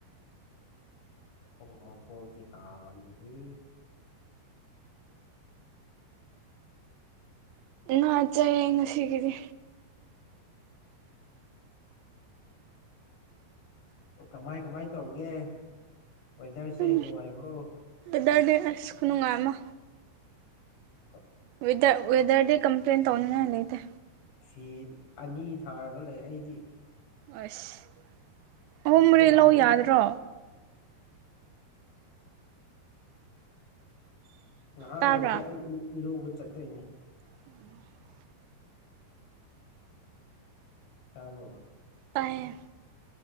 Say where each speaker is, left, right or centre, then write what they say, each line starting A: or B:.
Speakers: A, on the left; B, on the right.
A: ꯑꯣꯛ ꯃꯀꯣꯛꯇꯤ ꯍꯥꯎꯕꯅꯦꯍꯦ
B: ꯅꯆꯥꯌꯦ ꯉꯁꯤꯒꯤꯗꯤ
A: ꯑꯣ ꯀꯃꯥꯏ ꯀꯃꯥꯏ ꯇꯧꯒꯦ ꯋꯦꯗꯔꯁꯦ
B: ꯑꯗꯨꯝ
A: ꯅꯨꯡꯉꯥꯏꯕ꯭ꯔꯣ
B: ꯋꯦꯗꯔꯗꯤ ꯑꯁ ꯈꯨꯅꯨꯡꯉꯥꯏ ꯑꯃ
A: ꯀꯣꯏ
B: ꯋꯦꯗꯔ ꯋꯦꯗꯔꯗꯤ ꯀꯝꯄ꯭ꯂꯦꯟ ꯇꯧꯅꯤꯉꯥꯏ ꯂꯩꯇꯦ
A: ꯁꯤ ꯑꯅꯤ ꯊꯥꯔꯒ ꯂꯩ ꯑꯩꯗꯤ
B: ꯑꯁ ꯑꯍꯨꯝ ꯃꯔꯤ
A: ꯌꯥꯗꯦ
B: ꯂꯧ ꯌꯥꯗ꯭ꯔꯣ
A: ꯉꯥꯏꯍꯥꯛ
B: ꯇꯥꯕ꯭ꯔꯥ
A: ꯂꯩꯔꯗꯤ ꯑꯩ ꯏꯔꯨꯕ ꯆꯠꯇꯣꯏꯅꯦ
B: <inaudible>
A: ꯇꯥꯕꯔꯣ
B: ꯇꯥꯏꯌꯦ